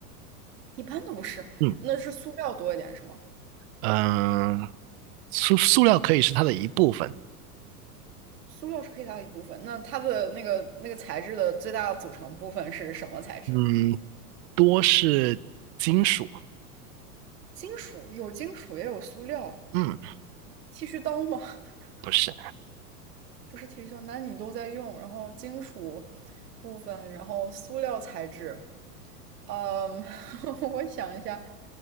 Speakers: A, on the right; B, on the right.
A: 一般都不是，
B: 嗯，
A: 那是塑料多一点是吗？
B: 嗯、塑塑料可以是它的一部分，
A: 塑料是可以大的一部分，那它的那个那个材质的最大的组成部分是什么材质？
B: 嗯，多是金属，
A: 金属，有金属也有塑料。
B: 嗯，
A: 剃须刀吗？<laughs>
B: 不是，
A: 不是剃须刀，男女都在用。然后金属部分，然后塑料材质。嗯，<laughs> 我想一下，